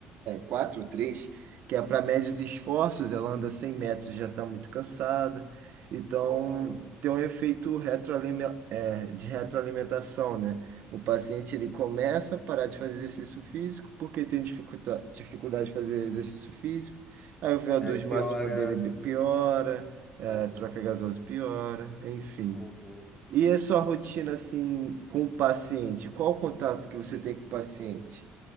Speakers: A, on the right; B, on the left.
A: 4 três que é para médios esforços, ela anda 100 metros e já está muito cansada. Então,
B: caramba.
A: tem um efeito retroalime- é, de retroalimentação, né? O paciente ele começa a parar de fazer exercício físico porque tem dificulta- dificuldade de fazer exercício físico. Aí o vo
B: Aí
A: dois
B: piora,
A: máximo dele be- piora, é,
B: é,
A: a troca gasosa piora, enfim.
B: uhum.
A: E a sua rotina assim com o paciente? Qual o contato que você tem com o paciente?